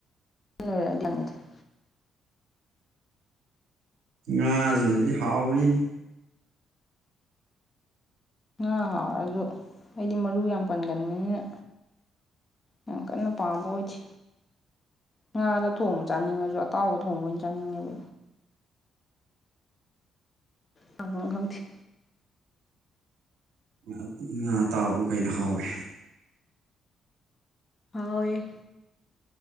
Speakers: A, on the left (about 30°); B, on the right (about 85°).
A: <unintelligible>
B: ꯉꯥꯁꯤꯅꯗꯤ ꯍꯥꯎꯅꯤ꯫
A: ꯉꯥ ꯍꯥꯎꯁꯨ ꯑꯩꯗꯤ ꯃꯔꯨ ꯌꯥꯝ ꯄꯟꯒꯟꯕꯅꯤꯅ ꯌꯥꯝ ꯀꯟꯅ ꯄꯥꯝꯕ ꯑꯣꯏꯗꯦ꯫ ꯉꯥꯗ ꯊꯣꯡꯕ ꯆꯥꯅꯤꯡꯉꯁꯨ ꯑꯇꯥꯎꯕ ꯊꯣꯡꯕ ꯑꯣꯏꯅ ꯆꯥꯅꯤꯡꯉꯦꯕ꯫ ꯑ ꯈꯪꯗꯦ꯫
B: ꯉ ꯉꯥ ꯇꯥꯎꯕꯨ ꯀꯩ ꯍꯥꯎꯋꯦ꯫
A: ꯍꯥꯎꯋꯦ꯫